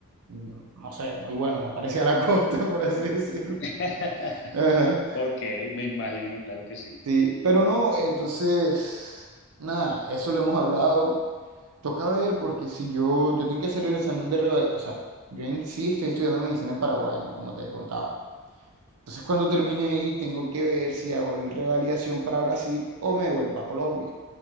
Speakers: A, on the right; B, on the left.
A: mm, no sé, muy bueno, no parecía la costa, <laughs> por así decirlo.
B: <laughs>
A: Ajá.
B: Ok, me imagino, claro que sí.
A: Sí, pero no, entonces, nada, eso lo hemos hablado. Toca ver porque si yo, yo tengo que hacer el examen de reva- o sea, yo en sí estoy estudiando medicina en Paraguay, ¿no? Como te contaba. Entonces cuando termine ahí tengo que ver si hago el revalidación para Brasil o me vuelvo a Colombia.